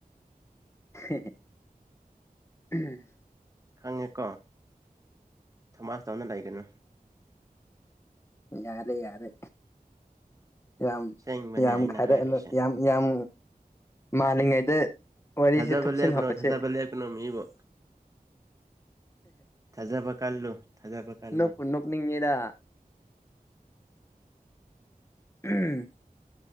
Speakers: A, on the left; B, on the right.
A: <inaudible>
B: ꯈꯪꯉꯦꯀꯣ ꯊꯃꯥꯁ ꯇꯧꯅ ꯂꯩꯒꯅꯨ
A: ꯌꯥꯔꯦ ꯌꯥꯔꯦ ꯌꯥꯝ
B: ꯑꯁꯦꯡꯕꯅꯦ
A: ꯌꯥꯝ
B: ꯑꯩꯅ
A: ꯈꯔ
B: ꯍꯥꯏꯔꯤꯁꯦ
A: ꯌꯥꯝ ꯌꯥꯝ ꯃꯥꯜꯂꯤꯉꯥꯏꯗ ꯋꯥꯔꯤꯁꯦ
B: ꯊꯥꯖꯕ
A: ꯊꯨꯞꯁꯤꯜ
B: ꯂꯦꯞꯀꯅꯨ
A: ꯍꯧꯔꯁꯦ
B: ꯊꯥꯖꯕ ꯂꯦꯞꯀꯅꯨ ꯃꯤꯕꯨ ꯊꯥꯖꯕ ꯀꯜꯂꯨ ꯊꯥꯖꯕ ꯀꯜꯂꯨ
A: ꯅꯣꯛꯄꯨ ꯅꯣꯛꯅꯤꯡꯉꯤꯗ <unintelligible>